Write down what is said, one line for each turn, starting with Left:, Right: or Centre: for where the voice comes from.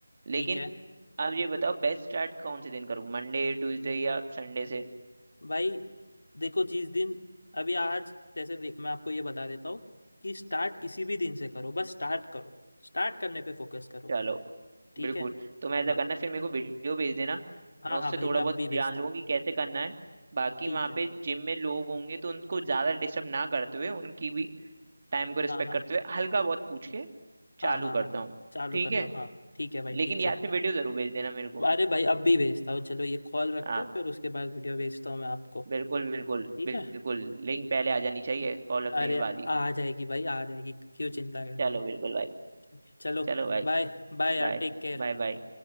Right: लेकिन
Left: ठीक है
Right: अब ये बताओ बेस्ट स्टार्ट कौन से दिन करूँ मंडे ट्यूसडे या संडे से
Left: भाई देखो जिस दिन अभी आज जैसे देख मैं आपको ये बता देता हूँ कि स्टार्ट किसी भी दिन से करो बस स्टार्ट करो स्टार्ट करने पे फोकस करो
Right: चलो
Left: ठीक
Right: बिल्कुल
Left: है
Right: तुम ऐसा
Left: हाँ
Right: करना फिर मेरे को वीडियो भेज देना
Left: हाँ
Right: मैं उससे
Left: हाँ भाई
Right: थोड़ा
Left: मैं
Right: बहुत
Left: अब भी भेजता
Right: जान लूंगा
Left: हूँ
Right: कि कैसे करना है बाकी
Left: ठीक
Right: वहां
Left: है
Right: पे
Left: भाई
Right: जिम में लोग होंगे तो उनको ज्यादा डिस्टर्ब ना करते हुए उनकी भी टाइम को रिस्पेक्ट
Left: हाँ हाँ
Right: करते हुए हल्का बहुत पूछ के
Left: हाँ
Right: चालू
Left: हाँ
Right: करता
Left: हाँ
Right: हूँ
Left: चालू
Right: ठीक
Left: कर लो
Right: है
Left: हाँ ठीक है भाई
Right: लेकिन
Left: ठीक
Right: याद
Left: है
Right: से वीडियो जरूर भेज देना मेरे को
Left: अरे भाई अब भी भेजता हूँ चलो ये कॉल रखते
Right: हाँ
Left: हैं फिर उसके बाद वीडियो भेजता हूँ मैं आपको
Right: बिल्कुल बिल्कुल
Left: ठीक
Right: बिल्कुल
Left: है
Right: लिंक पहले आ जानी चाहिए कॉल रखने
Left: अरे
Right: के बाद ही
Left: आ जाएगी भाई आ जाएगी क्यों चिंता कर
Right: चलो
Left: रहे हो
Right: बिल्कुल भाई
Left: ठीक है चलो
Right: चलो भाई
Left: बाय बाय यार
Right: बाय
Left: टेक केयर
Right: Bye bye